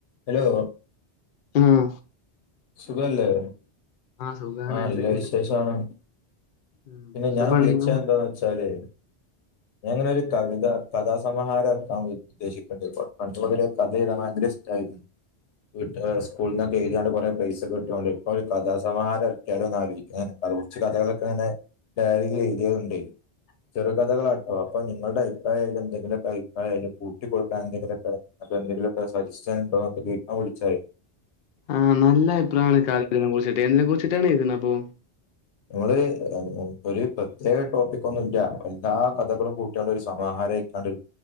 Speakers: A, on the left; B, on the left.
A: Hello
B: മ്മ്
A: സുഖല്ലേ
B: സുഖാണ്
A: ആ നല്ല
B: എന്തൊക്കെയുണ്ട്
A: വിശേഷാണ്
B: ഉം
A: പിന്നെ
B: എന്താ
A: ഞാൻ
B: പണിയുന്നു
A: വിളിച്ച എന്താന്ന് വെച്ചാല് ഞാനിങ്ങനെ ഒരു കവിത കഥാസമഹാരം ആക്കാൻ ഉദ്ദേശിക്കുന്നുണ്ട് പണ്ടുമുതലേ കഥ എഴുതാൻ ഭയങ്കര ഇഷ്ടമായിരുന്നു വീട്ട് സ്കൂളന്നൊക്കെ എഴുതാണ്ട് കുറെ- പൈസ കിട്ടിയൊണ്ട് ഇപ്പോഴും കഥാസമഹാരം ആക്കിയാലോ കുറച്ച കഥകളൊക്കെങ്ങനെ ഡയറിയിൽ എഴുതിയ ഉണ്ട ചെറു കഥകളാട്ടോ അപ്പൊ നിങ്ങളുടെ അഭിപ്രായം എന്തെങ്കിലൊക്കെ അഭിപ്രായംകൂട്ടികൊടുക്കാൻ എന്തെങ്കിലൊക്കെ സജിസ്റ്റാൻ ഭാഗത്ത്ീക്കാൻ വിടിച്ചായി
B: ആഹ് നല്ല അഭിപ്രായമാണ് കാലെ കുറിച്ചിട്ട് എന്നതിനെ കുറിച്ചിട്ടാണ് എഴുതുന്നെ അപ്പൊ
A: നമ്മള് ഒരു പ്രത്യേക ടോപ്പിക് ഒന്നും ഇല്ല എല്ലാ കഥകളും കൂട്ടിയണ്ട് ഒരു സമാഹാരം ആരക്കാണ്ട്